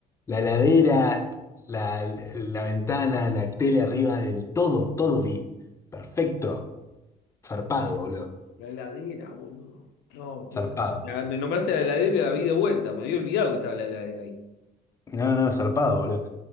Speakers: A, on the left; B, on the left.
A: La heladera, la, la ventana, la tele arriba del todo, todo vi. Perfecto. Zarpado, boludo.
B: La heladera, boludo. No, qué
A: Zarpado.
B: flash. Ya, Me nombraste la heladera y la vi de vuelta. Me había olvidado que estaba la heladera ahí.
A: No, no, zarpado, boludo.